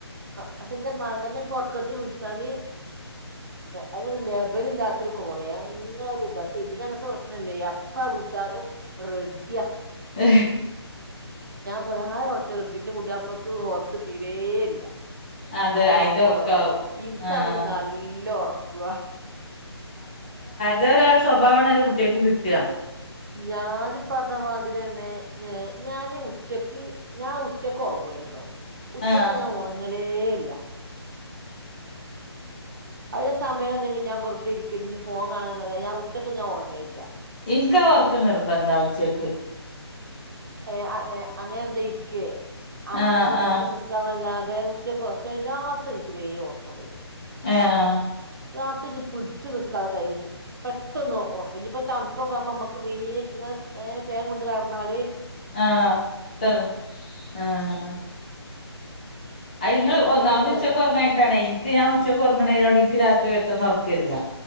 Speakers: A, on the right (about 45°); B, on the left (about 15°).
A: പക്ഷെ എന്റെ മകനെക്കെ ഉറക്കത്ത് വിളിച്ചാല് അതിനൊരു ലെബല് ഇല്ലാത്തൊരു കോലായി അങ്ങനെ ഒരുഇതാ ഇതിനങ്ങത്തെ പ്രശ്നം ഇല്ല എപ്പാ വിളിച്ചാലും റെഡിയ
B: ഏ
A: പ്രധായ ഓർക്ക കിട്ടി എന്റെ പുതിയപ്പക്ക് ഓർക്കക്ക് തീരേ ഇല്ല
B: അതെ
A: അത്റക്കുറവാ
B: അയിന്റെ ഉറക്കാവും
A: ഇനക്കാണെങ്കിൽ
B: ആഹ്
A: നല്ല ഉറപ്പ വാ
B: ത ഒരാൾ സ്വഭാവണ ട്ടിയാൾക്ക് കിട്ടാ
A: ഞാനിപ്പ മാതിരി തന്നെ ഞാന് ഉച്ചക്ക് ഞാൻ ഉച്ചക്ക് ഉറങ്ങൂല ട്ടോ ഉച്ചക്ക്
B: ആഹ്
A: ഞാൻ ഉറങ്ങലേ ല്ല അത് സം <unintelligible> ഞാൻ വർ തെരി ഫോൺ കാണുന്നത ഞാ ഉച്ചയ്ക്ക് ഞാൻ ഉറങ്ങേയില്ല
B: എനിക്ക ഓർക്ക് നിർബന്ധ ഉച്ചേക്ക്
A: ഏ അങ്ങനെ എന്താ ഇരിക്കേ അങ്ങനെ
B: ആഹ്
A: നിനക്ക്
B: ആഹ്
A: നിക്കാന്നല്ലാതെ ഉച്ച പക്ഷേ രാത്രി എനിക്ക് വേ ഓർക്കം വരും
B: ആഹ്
A: രാത്രി ഇ പിടിച്ച്ു നക്കാതെ കൈ വച്ച് പെട്ടെന്ന്ക്ക ഇനിയിപ്പോ തണുപ്പൊക്കുമ്പോ നമുക്ക് വ ഫേ കൊണ്ട് കന്നാല്
B: ആഹത് ആഹ അ ഇ
A: അങ്ങനെയൊക്കെ
B: ഒന്നാമത് ഉച്ചക്ക്ുറങ്ങായിട്ടാണ്േ എനിക്ക് ഞാ ഉച്ചക്ക്ുറണതിനോട് ക്ക് രാത്രി വെട്ടെന്ന്ന്ന് ഉറക്കരില്ല